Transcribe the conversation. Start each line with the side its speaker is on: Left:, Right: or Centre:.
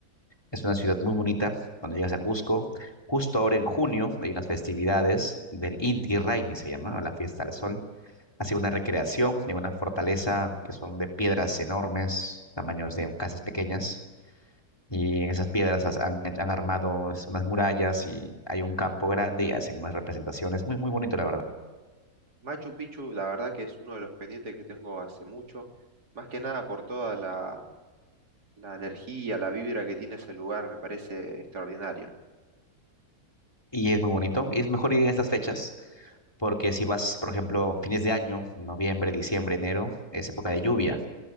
Left: Es una ciudad muy bonita cuando llegas a Cusco. Justo ahora en junio hay unas festividades del Inti Raymi, se llama, la fiesta del sol. Hace una recreación de una fortaleza que son de piedras enormes, tamaños de casas pequeñas. Y en esas piedras has- han, han armado es, unas murallas y hay un campo grande y hacen unas representaciones. Muy, muy bonito, la verdad.
Right: Machu Picchu, la verdad que es uno de los pendientes que tengo hace mucho, más que nada por toda la, la energía, la vibra que tiene ese lugar, me parece extraordinario.
Left: Y es muy bonito. Y es mejor ir en estas fechas porque si vas, por ejemplo, fines de año, noviembre, diciembre, enero, es época de lluvia.